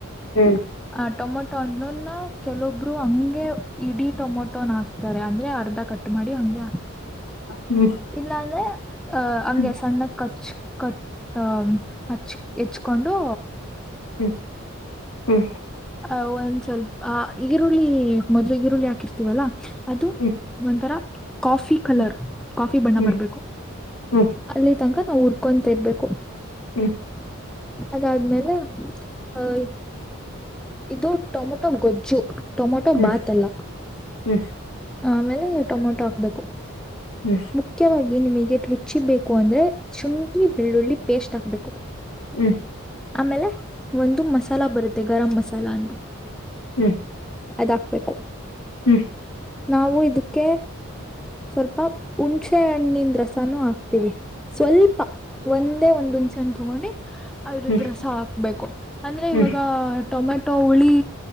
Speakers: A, on the left; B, in the centre.
A: ಹ್ಮ್
B: ಆ ಟೊಮಟೊ ತಟಣ್ಣಲ್ನ ಕೆಲವೊಬ್ರು ಹಂಗೆ ಇಡೀ ಟೊಮೊಟೊ ನಾಸ್ ತಾರೆ ಅಂದ್ರೆ ಅರ್ಧ ಕಟ್ ಮಾಡಿ ಹಂಗೆ
A: ಹ್ಮ್
B: ಇಲ್ಲ ಅಂದ್ರೆ ಅಹ ಹಂಗೆ
A: ಹ್ಮ್
B: ಸಣ್ಣದ ಖರ್ಚು ಕಟ್ಟ ಹಚ್ ಹೆಚ್ಕೊಂಡು
A: ಹ್ಮ್ ಹ್ಮ್
B: ಆ ಒಂದ್ ಸ್ವಲ್ಪ ಈರುಳ್ಳಿ ಮೊದ್ಲು ಈರುಳ್ಳಿ ಹಾಕಿರ್ತೀವಲ್ಲ ಅದು
A: ಹ್ಮ್ ಹ್ಮ್
B: ಒಂಥರ ಕಾಫಿ ಕಲರ್
A: ಹ್ಮ್
B: ಕಾಫಿ ಬಣ್ಣ
A: ಹ್ಮ್
B: ಬರ್ಬೇಕು
A: ಹ್ಮ್ ಹ್ಮ್ ಹ್ಮ್
B: ಅಲ್ಲಿ ತನಕ ನಾವವು ಹುರ್ಕೊಂತ ಇರ್ಬೇಕು
A: ಹ್ಮ್ ಹ್ಮ್ ಹ್ಮ್ ಹ್ಮ್
B: ಅದಾದ್ಮೇಲೆ ಅಹ ಇದು ಟೊಮೆಟೊ ಗೊಜ್ಜು ಟೊಮೊಟೊ
A: ಹ್ಮ್
B: ಬಾತ್ಲ್ಲ
A: ಹ್ಮ್ ಹ್ಮ್ ಹ್ಮ್ ಹ್ಮ್ ಹ್ಮ್ ಹ್ಮ್ ಹ್ಮ್ ಹ್ಮ್ ಹ್ಮ್ ಹ್ಮ್
B: ಆಮೇಲೆ ಟೊಮೊಟೊ ಹಾಕ್ಬೇಕು
A: ಹ್ಮ್ ಹ್ಮ್ ಹ್ಮ್ ಹ್ಮ್ ಹ್ಮ್
B: ಮುಖ್ಯವಾಗಿ ನಿಮಗೆ ರುಚಿ ಬೇಕು ಅಂದ್ರೆ ಶುಂಠಿ ಬೆಳ್ಳುಳ್ಳಿ ಪೇಸ್ಟ್ ತಕ್ಬೇಕು
A: ಹ್ಮ್
B: ಆಮೇಲೆ ಒಂದು ಮಸಾಲ ಬರುತ್ತೆ ಗರಂ್ ಮಸಾಲ ಅಂತ
A: ಹ್ಮ
B: ಅದ್ ಹಾಕ್ಬೇಕು
A: ಹ್ಮ್
B: ನಾವು ಇದಕ್ಕೆ ಸ್ವಲ್ಪ ಹುಣಚೆ ಹಣ್ಣನ್ ರಸನುೂ ಹಾಕ್ತಿೀವಿ ಸ್ವಲ್ಪ ಒಂದೇ ಒಂದ್ ಹುಣಸೆ ಅನ್ ತಗೊಂಡಿ ಅ್ರದ್ದ
A: ಹ್ಮ್ ಹ್ಮ್
B: ರಸ
A: ಹಾ
B: ಹಾಕ್ಬೇಕು ಅಂದ್ರೆ
A: ಹ್ಮ್
B: ಇವಾಗ
A: ಹ್ಮ್
B: ಟೊಮೆಟೊ ಹುಳಿ